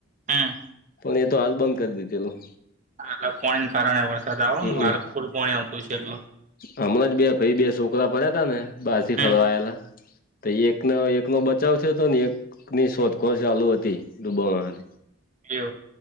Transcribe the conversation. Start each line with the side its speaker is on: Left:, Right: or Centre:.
Right: હમ
Left: પણ તો હાલ બંધ કરી દીધે એલું
Right: હ પાણીને કારણે વરસાદ આવો
Left: હમમ
Right: આુર પાણી આવતું છે એટ
Left: હમણાં જ બે પાઈ બે છોકરા પડ્યા હતા ને બાજીી
Right: હમ
Left: ફરવાયેલા તો એકનો એક ન બ બચાવ થયો હતો ને એકની શોધખોળ ચાલુ હતી ડૂબાવા હાતે.
Right: હ